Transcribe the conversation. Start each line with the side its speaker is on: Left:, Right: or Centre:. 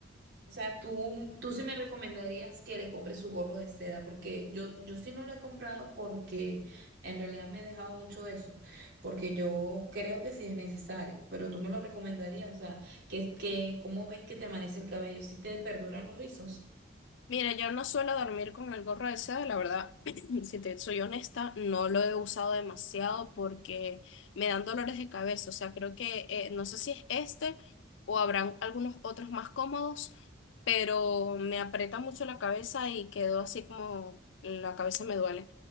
Right: O sea, tú, tú sí me recomendarías que le compre su gorro de seda, porque yo, yo sí no lo he comprado porque en realidad me he dejado mucho de eso, porque yo creo que sí es necesario, pero tú me lo recomendarías, o sea, que, que, ¿cómo ves que te amanece el cabello? ¿Si te perduran los rizos?
Left: Mira, yo no suelo dormir con el gorro ese, la verdad, <clears throat> si te soy honesta, no lo he usado demasiado porque me dan dolores de cabeza, o sea, creo que eh, no sé si es este o habrán algunos otros más cómodos, pero me aprieta mucho la cabeza y quedo así como la cabeza me duele.